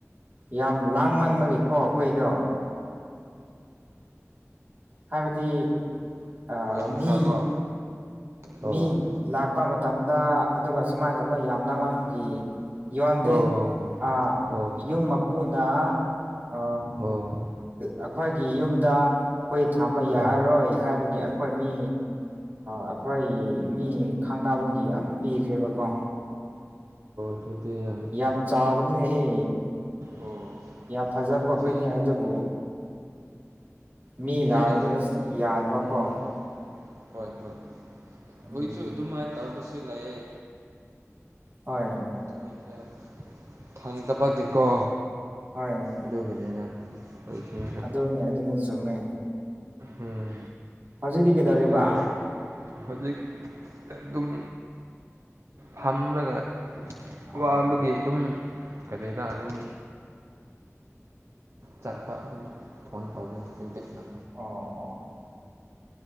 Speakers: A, on the right; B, on the right.
A: ꯌꯥꯝ ꯂꯥꯡ ꯃꯥꯟꯕꯒꯤꯀꯣ ꯍꯨꯏꯗꯣ ꯍꯥꯏꯕꯗꯤ ꯑ
B: ꯌꯣꯟꯈ꯭ꯔꯕꯣ
A: ꯃꯤ
B: ꯑꯣ
A: ꯃꯤ ꯂꯥꯛꯄ ꯃꯇꯝꯗ ꯑꯗꯨꯒ ꯁꯨꯃꯥꯏꯅ ꯇꯧꯕ ꯌꯥꯝ ꯂꯥꯡ ꯃꯥꯏꯃꯨꯛꯒꯤ ꯌꯣꯟꯗꯦ
B: ꯑꯣ
A: ꯑ
B: ꯑꯣ
A: ꯌꯨꯝ ꯃꯄꯨꯅ ꯑ
B: ꯑꯣ
A: ꯑꯩꯈꯣꯏꯒꯤ ꯌꯨꯝꯗ ꯍꯨꯏ ꯊꯝꯕ ꯌꯥꯔꯔꯣꯏ
B: ꯑꯣ
A: ꯍꯥꯏꯕꯒꯤ ꯑꯩꯈꯣꯏ ꯃꯤ ꯑꯩꯈꯣꯏ ꯃꯤ ꯈꯪꯅꯕꯒꯤ ꯑꯃ ꯄꯤꯈ꯭ꯔꯦꯕꯀꯣ
B: ꯄꯗꯤ
A: ꯌꯥꯝ ꯆꯥꯎꯕꯅꯤꯅꯦꯍꯦ
B: ꯑꯣ
A: ꯌꯥꯝ ꯐꯖꯕ
B: ꯁꯤ
A: ꯍꯨꯏꯅꯦ ꯑꯗꯨꯕꯨ ꯃꯤ ꯂꯥꯛꯑꯗꯤ
B: ꯁꯤꯗꯁꯨ
A: ꯑꯁ ꯌꯥꯗꯕ
B: ꯎꯝ
A: ꯀꯣ
B: ꯎꯝ ꯍꯣꯏ ꯍꯣꯏ
A: ꯑꯗꯨꯒꯤꯅꯦ
B: ꯍꯧꯖꯤꯛꯁꯨ ꯑꯗꯨꯃꯥꯏꯅ ꯇꯧꯕꯁꯨ ꯂꯩꯌꯦ
A: ꯍꯣꯏ
B: ꯊꯦ ꯐꯪꯗꯕꯒꯤꯀꯣ
A: ꯍꯣꯏ
B: ꯑꯗꯨꯒꯤꯅꯤꯅ ꯑꯩꯣꯏꯗꯒꯤ
A: ꯑꯗꯨꯅꯦ ꯑꯗꯨꯅꯤ ꯆꯨꯝꯃꯦ
B: ꯎꯝ
A: ꯍꯧꯖꯤꯛꯤ ꯀꯩꯗꯧꯔꯤꯕ
B: ꯑꯗꯨꯒ ꯍꯧꯖꯤꯛ ꯑꯗꯨꯝ ꯐꯝꯂꯒ
A: ꯑꯣ
B: ꯋꯥꯕꯒꯤ ꯑꯗꯨꯝ ꯀꯔꯤꯗ ꯑꯗꯨꯝ ꯆꯠꯄ ꯑꯗꯨꯝ ꯐꯣꯟ ꯐꯥꯎꯅ ꯍꯥꯏ ꯗꯦꯛꯅꯕ
A: ꯑꯣ ꯑꯣ